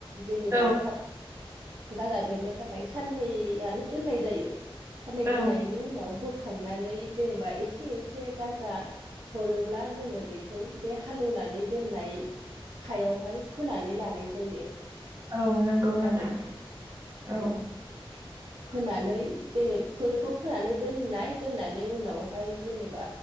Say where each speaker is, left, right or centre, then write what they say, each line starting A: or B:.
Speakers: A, on the right; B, on the right.
A: जेनेबा
B: औ
A: थाब गाजा बेरनो थाखाय साननैयानो दोननाय जायो सानै दोननायनि
B: औ
A: उनाव बोखांनानै जेनेबा एसे एसे गाजा हरोब्ला जोङो बेखौ बे हालेवनानै दोननाय हायावहाय फोनानै लानाय जायो
B: औ नंगौ नोंथां
A: आरो <unintelligible>
B: औ
A: फोनानै जेनेफोखौ फोनानै दोननाय दोननानै उनावहाय जेनेबा